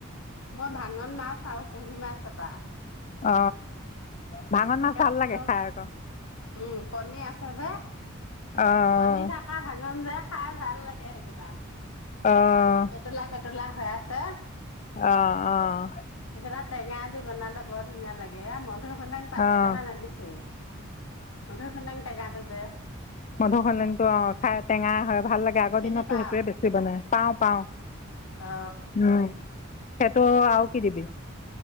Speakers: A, on the left; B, on the left.
A: মই ভাঙন মাছ আৰু কুহি মাছ এটা।
B: অ ভাঙন
A: তাকে
B: মাছ ভাল
A: বোলো
B: লাগে খাই আকৌ
A: উম কণী আছে যে
B: আহ
A: কণী থকা ভাঙন যে খাই ভাল লাগে। <unintelligible>
B: আহ
A: পেতুলা পেতুলা হৈ আছে
B: আহ আহ
A: সেইকেইটা টেঙা দি বনালে বৰ ধুনীয়া লাগে এ ম <unintelligible> সোলেং পাত
B: আহ
A: কেইটামান আন্নিছো, মধুসোলেঙ টেঙা যে।
B: মধু সোলেংটো অ খাই টেঙা হয়। ভাল লাগে আগৰ
A: চিনি
B: দিনতো
A: পাও
B: সেইটোয়ে বেছি বনাই পাও পাওঁ,
A: অ
B: উম। সেইটো আও কি দিবি।